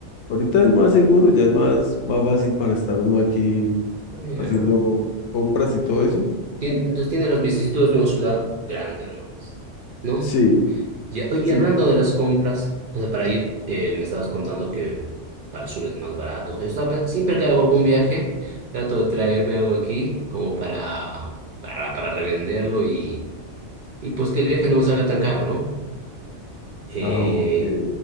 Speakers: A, on the left; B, on the right.
A: Ahorita es más seguro, ya es más, más fácil para estar uno aquí
B: Ah, ya.
A: haciendo compras y todo eso.
B: Tien- Entonces tiene las vicisitudes de una ciudad grande, ¿no? ¿No?
A: Sí,
B: Ya, oye,
A: sí.
B: y hablando de las compras, o sea, para ir, eh, me estabas contando que para el sur es más barato. O sea, yo estaba pen- siempre que hago algún viaje, trato de traerme algo aquí como para, para, para revenderlo y, y pues que el viaje no me salga tan caro, ¿no? Eh,
A: Ah, ok.